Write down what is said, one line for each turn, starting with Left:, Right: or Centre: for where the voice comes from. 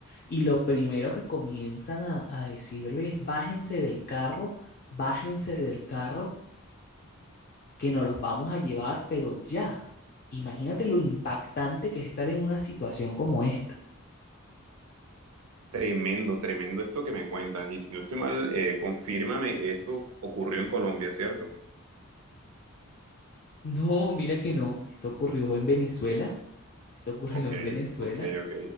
Left: Y lo primero que comienzan a, a decirles, bájense del carro, bájense del carro, que nos los vamos a llevar, pero ya. Imagínate lo impactante que es estar en una situación como esta.
Right: Tremendo, tremendo esto que me cuentas. Y si no estoy mal, eh, confírmame, esto ocurrió en Colombia, ¿cierto?
Left: No, mira que no. Esto ocurrió en Venezuela. Esto ocurrió
Right: Ok,
Left: en Venezuela.
Right: ok, ok.